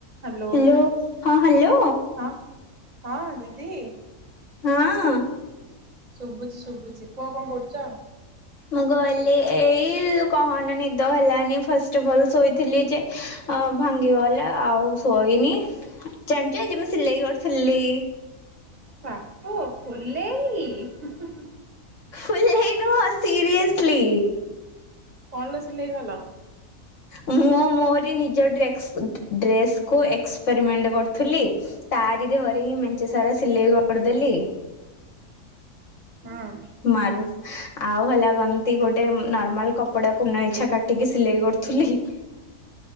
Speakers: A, on the right; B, on the left.
A: Hello.
B: Hello ହଁ hello
A: ହଁ ହଁଅଁ ଦିଦି।
B: ହଁଅଁ।
A: ଶୁଭୁଛି ଶୁଭୁଛି କୁହ କଣ କରୁଚ?
B: ମୁଁ ଗଲିି ଏଇ କହନି ନିଦ ହେଲାନି ଫାଷ୍ଟେ ଭଲ୍ ଶୋଇଥିଲି ଯେ। ଅ ଭାଙ୍ଗିଗଲା ଆଉ ଶୋଇନି। ଜାଣିଚ ଆଜି ମୁଁ ସିଲେଇ ଗଡ଼୍ ଥିଲି।
A: ତାପ ଫୁଲେଇ ହୁଁ ହୁଁ
B: ଫୁଲେହି ନୁହଁ ସିରିୟେସ୍ଲି।
A: କଣ ଲୋ ସିଲେଇ ଗଲ।
B: ମୁଁ ମୋରି ନିଜ ଡ୍ରେକ୍ସ <unintelligible> ଡ୍ରେସ୍ କୁ ଏକ୍ସେପେରିମେଣ୍ଟେ କରୁଥିଲି। ତାରି ଦେହରେ ହିଁ ମଞ୍ଚେ ସାରା ସିଲେଇ କରିଦେଲି।
A: ହଁ।
B: ମାରୁଥ୍ ଆଉ ହେଲା କନ୍ତି ଗୋଟେ ନର୍ମାଲ୍ କପଡ଼ା କୁ ନା ଇଛା କାଟିକି ସିଲେଇ କରୁଥିଲିହି।